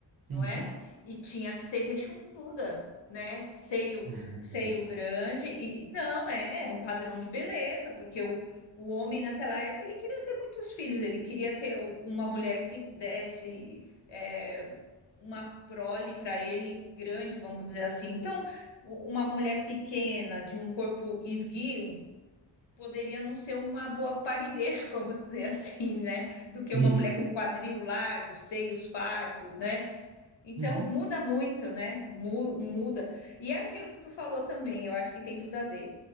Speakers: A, on the right; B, on the left.
A: Uhum.
B: não é? E tinha que ser rechonchuda, né? Seio,
A: <laughs>
B: seio grande e e não, é, era um padrão de beleza, porque o, o homem naquela época ele queria ter muitos filhos, ele queria ter u- uma mulher que desse é, uma prole para ele grande, vamos dizer assim. Então, u- uma mulher pequena de um corpo esguio poderia não ser uma boa parideira, <laughs> vamos dizer assim, né? Do que
A: Sim.
B: uma mulher com quadril largo, seios fartos, né? Então,
A: Uhum.
B: muda muito, né? Mu- Muda. E é aquilo que tu falou também, eu acho que tem tudo a ver.